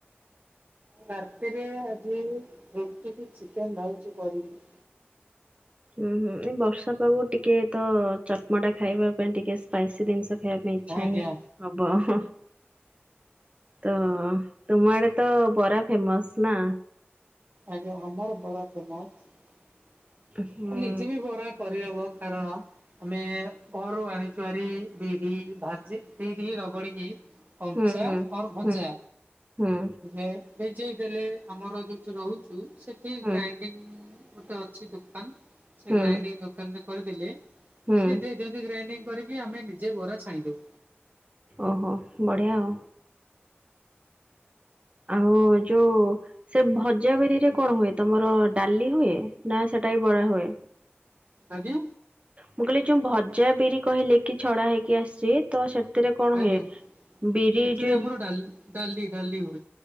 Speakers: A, on the right (about 45°); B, on the right (about 30°).
A: ରାତିରେ ଆଜି ରୁଟି କି ଚିକେନ ଭାବୁଚି କରିବି।
B: ହୁଁ ହୁଁ ଏଇ ବର୍ଷା ପାଗକୁ ଟିକେ ତ ଚଟମଟା ଖାଇବା ପାଇଁ ଟିକେ ସ୍ପାଇସି ଦିନିଷ ଖାଇବା ପାଇଁ ଇଚ୍ଛା
A: ଆଜ୍ଞା।
B: ହିଁ ହବ ହ। ତ ତୁମ ଆଡେ ତ ବରା ଫେମସ ନା।
A: ଆଜ୍ଞା ଆମର ବରା ଫେମସ
B: ହୁଁ
A: ନିଜେ ବି ବରା କରିହବ। କାରଣ ଆମେ କରରୁ ଆଣି ଚୁଆରି ବିରି ଭାଜି ସେଇଠି ରଗଡିକି କଞ୍ଚା
B: ହୁଁ ହୁଁ
A: ଆଉ ଭଜା
B: ହୁଁ ହୁଁ
A: ଏ ହେଯେଇ ଦେଲେ ଆମର ଯୋଉଠି ରହୁଛୁ ସେଠି
B: ହୁଁ
A: ଗ୍ରାଇଣ୍ଡିଙ୍ଗ ଗୋଟେ ଅଛି ଦୋକାନ୍ ସେ
B: ହୁଁ
A: ଗ୍ରାଇଡିଙ୍ଗ ଦୋକାନରେ କରିଦିଲେ
B: ହୁଁ
A: ସିଏ ଦେଇ ଦିଅନ୍ତି ଗ୍ରାଇଣ୍ଡିଙ୍ଗ କରିକି ଆମେ ନିଜେ ବରା ଛାଣିଦଉ।
B: ଓହୋ ବଢ଼ିଆଉ। ଆଉ ଯୋଉ ସେ ଭଜା ବିରିରେ କଣ ହୁଏ ତମର ଡାଲି ହୁଏ ନା ସେଟା ବରା ହଏ?
A: ଆଜ୍ଞା।
B: ମୁଁ କଲି ଯୋଉ ଭଜା ବିରି କହିଲେ କି ଛଡା ହେଇକି ଆସଛି ତ ସେ ଭିତରେ କଣ
A: ଆଜ୍ଞା
B: ହୁଏ ବିରି
A: ସେଥିରେ
B: ଯଏ
A: ଆମର ଡାଲି ଡାଲି ଡାଲି ହୁଏ।